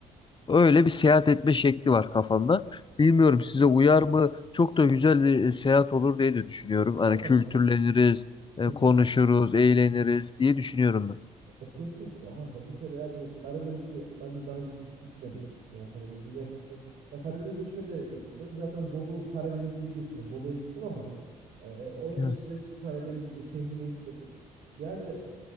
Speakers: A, on the left (about 25°); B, on the right (about 55°).
A: öyle bir seyahat etme şekli var kafamda. Bilmiyorum
B: Evet.
A: size uyar mı? Çok da güzel bir e, seyahat olur diye de düşünüyorum. Hani
B: Kanka
A: kültürleniriz, e,
B: kesinlikle.
A: konuşuruz, eğleniriz diye düşünüyorum ben.
B: Ya kesinlikle kanka bir kere ya zaten Karadeniz'i ben de daha önce hiç gitmedim. Ya Karadeniz'e gerçekten. Ya Karadeniz'e şöyle gitmedim. Zaten Bolu Karadeniz diye geçmiyor. Bolu'ya gittim ama e, onun
A: Evet.
B: dışında hiçbir Karadeniz e, şehrine gitmedim. Yani